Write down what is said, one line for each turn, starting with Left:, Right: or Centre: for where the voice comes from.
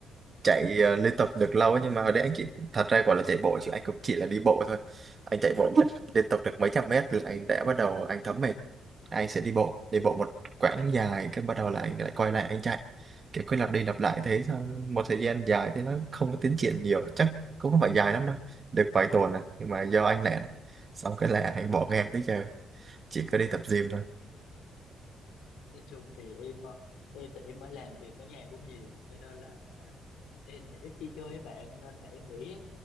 Right: chạy ờ, liên tục được lâu ấy. nhưng mà hồi đấy anh chỉ thật ra gọi là chạy bộ chứ anh cũng chỉ là đi bộ thôi anh chạy bộ chắc <laughs> liên tục được mấy trăm mét là anh đã bắt đầu anh thấm mệt anh sẽ đi bộ đi
Left: Ừ.
Right: bộ một quãng dài cái bắt đầu là anh lại quay lại anh chạy kiểu cứ lặp đi lặp lại thế xong một thời gian dài thế nó không có tiến triển nhiều chắc cũng không phải dài lắm đâu được vài tuần này nhưng mà do anh lẻ này xong cái là anh bỏ ngang tới giờ chỉ có đi tập gym thôi
Left: nói chung thì em ờ, em thì em mới làm việc ở nhà cũng nhiều cho nên là em thì ít đi chơi với bạn nên là em nghĩ